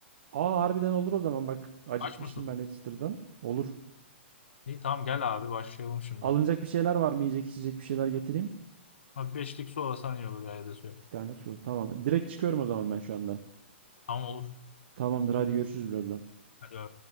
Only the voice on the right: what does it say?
Aa harbiden olur o zaman bak acıkmıştım
ben de çıtırdan. Olur.
Alınacak bir şeyler var mı? Yiyecek içecek bir şeyler getireyim.
Bir tane su. Tamam. Direkt çıkıyorum o zaman ben şu anda.
Tamamdır hadi görüşürüz birazdan.